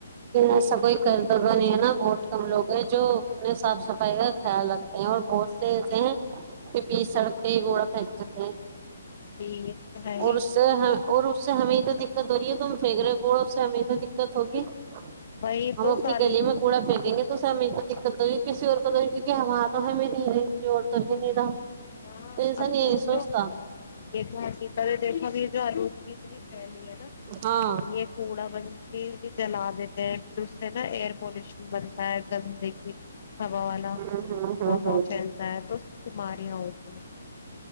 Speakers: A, on the right; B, on the left.
A: ا سب <unintelligible> کر دگا نہیں ہے نا بہت کم لوگ ہے جو اپنے صاف صف پ <unintelligible> خیال رکھتے ہیں اور بہت سے ایسے ہیں کہ بی سڑک کئی گھڑا پھینک جتے ہیں
B: جی یہ تو ہے ہی
A: اور اس سے اور اس سے ہمیں تو دقت ہو رہی ہے تو ہم پھینک رہے گھوڑا اس سے ہمیں تو دقت ہوگی <inaudible>
B: وہی
A: ہم
B: دو
A: اپنی
B: سالوں
A: گلی میں کوڑا پھینکیں گے تو سب میر کو دقت ہو کسی اور کو تو کیکہ وہاں تو ہم نہیں رہے اور تو نہیں رہا
B: ہاں
A: تو انسان
B: اب
A: یہ
B: ہو
A: نہیں سوچتا
B: جو دیکھو <unintelligible> دیکو گ جالوس گیت بھی پلی ہے نا
A: ہاں
B: یہ کوڑا بن کے جلا دیتے پھر اس سے نا ایئر پولوشن بنتا ہے گندگی <unintelligible> ہوا والاا
A: ہوں ہوں ہوں
B: ہوا
A: ہوں
B: پھیلتا ہے تو بیماریاں ہو ج <unintelligible>